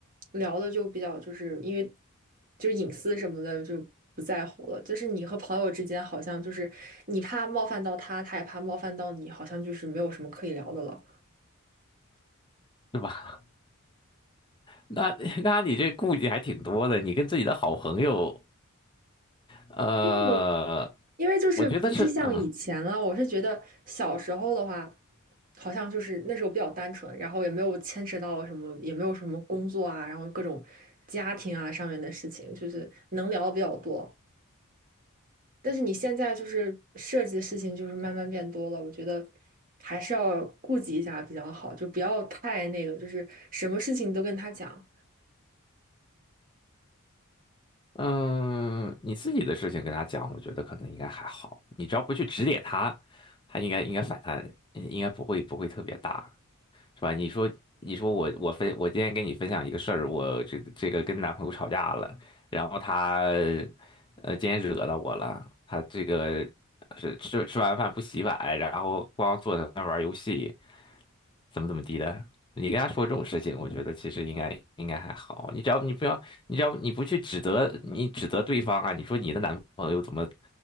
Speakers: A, on the right; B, on the left.
A: 聊的就比较就是因为就是隐私什么的就不在乎了。就是你和朋友之间，好像就是你怕冒犯到他，他也怕冒犯到你，好像就是没有什么可以聊的了。
B: 对吧？那 <laughs> 那你这顾忌还挺多的，你跟自己的好朋友，呃，
A: 因为我因为就是不是像以前了，
B: 我觉得是，嗯
A: 我是觉得小时候的话，好像就是那时候比较单纯，然后也没有牵扯到什么，也没有什么工作啊，然后各种家庭啊上面的事情，就是能聊的比较多。但是你现在就是涉及的事情就是慢慢变多了，我觉得还是要顾及一下比较好，就不要太那个，就是什么事情都跟他讲。
B: 嗯，你自己的事情跟他讲，我觉得可能应该还好，你只要不去指点他，他应该应该反弹，应该不会不会特别大。是吧？你说，你说我我分我今天跟你分享一个事儿，我这这个跟男朋友吵架了，然后他呃今天惹到我了，他这个是吃吃完饭不洗碗，然后光坐在那儿玩游戏，怎么怎么地的。你跟他说这种事情，我觉得其实应该应该还好。你只要你不要，你只要你不去指责你指责对方啊，你说你的男朋友怎么